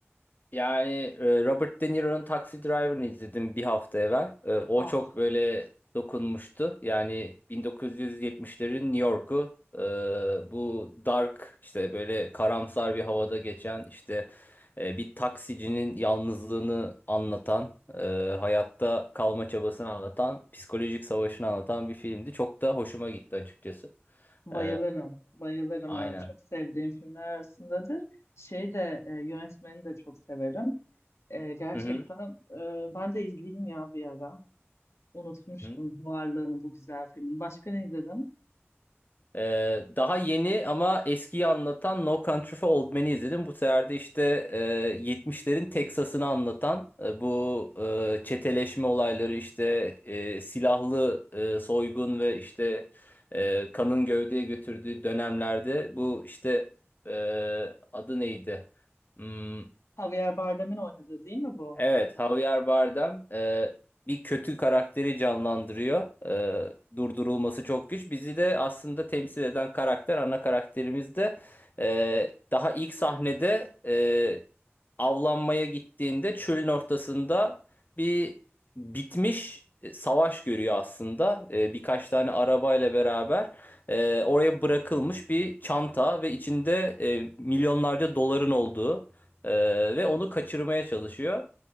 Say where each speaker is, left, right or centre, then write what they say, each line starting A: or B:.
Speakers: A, on the left; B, on the left.
A: Yani e, Robert De Niro'nun Taxi Driver'ını izledim bir hafta evvel. E, O
B: Ah
A: çok böyle dokunmuştu. Yani 1970'lerin New York'u e, bu dark işte böyle karamsar bir havada geçen işte e, bir taksicinin yalnızlığını anlatan, e, hayatta kalma çabasını anlatan, psikolojik savaşını anlatan bir filmdi. Çok da hoşuma gitti açıkçası.
B: Bayılırım,
A: E,
B: bayılırım
A: aynen.
B: yani çok sevdiğim filmler arasındadır. Şey de e, yönetmeni de çok severim. E, gerçekten
A: Hı hı.
B: e, ben de izleyeyim ya bir ara. Unutmuştum
A: hı hı.
B: varlığını bu güzel filmin. Başka ne izledin?
A: Ee, daha yeni ama eskiyi anlatan No Country for Old Men'i izledim. Bu sefer de işte e, 70'lerin Teksas'ını anlatan e, bu e, çeteleşme olayları işte e, silahlı e, soygun ve işte e, kanın gövdeye götürdüğü dönemlerde bu işte e, adı neydi? Hmm,
B: Javier Bardem'in oynadığı değil mi bu?
A: Evet, Javier Bardem e, bir kötü karakteri canlandırıyor. E, durdurulması çok güç. Bizi de aslında temsil eden karakter, ana karakterimiz de e, daha ilk sahnede e, avlanmaya gittiğinde çölün ortasında bir bitmiş e, savaş görüyor aslında. E, birkaç tane arabayla beraber e, oraya bırakılmış bir çanta ve içinde e, milyonlarca doların olduğu e, ve onu kaçırmaya çalışıyor.